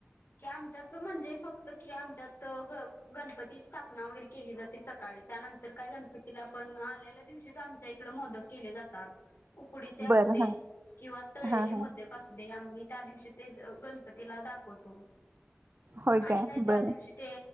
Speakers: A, on the left; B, on the right.
A: की आमच्यात म्हणजे फक्त की आमच्यात ग गणपतीस स्थापना वगैरे केली जाते सकाळी. त्यानंतर काय गणपतीला आपण आल्याल्या दिवशीच आमच्या इकड मोदक केले जातात. उकडीचे असू
B: बरं
A: दे
B: हा
A: किंवा तळलेले
B: हा
A: मोदक
B: हा
A: असू दे आम्ही त्या दिवशी ते अ गणपतीला दाखवतो
B: होय
A: आणि काय त्या
B: बरं
A: दिवशी ते